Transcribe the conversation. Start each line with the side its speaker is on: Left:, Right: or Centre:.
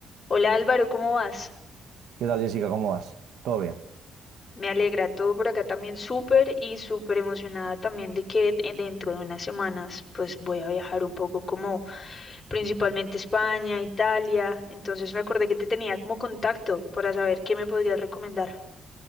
Left: Hola Álvaro, ¿cómo vas?
Right: ¿Qué tal, Jessica? ¿Cómo vas? ¿Todo bien?
Left: Me alegra todo por acá también súper y súper emocionada también de que eh, dentro de unas semanas pues voy a viajar un poco como principalmente España, Italia, entonces me acordé que te tenía como contacto para saber qué me podrías recomendar